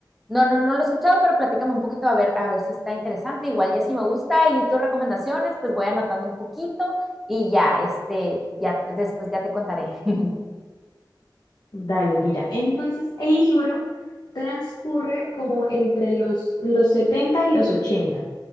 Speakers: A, in the centre; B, on the left.
A: No, no, no lo he escuchado, pero platícame un poquito a ver, a ver si está interesante. Igual ya si me gusta y tus recomendaciones, pues voy anotando un poquito y ya, este, ya te- después ya te contaré. <laughs>
B: Dale, mira. Entonces, el libro transcurre como entre los, los 70 y los 80.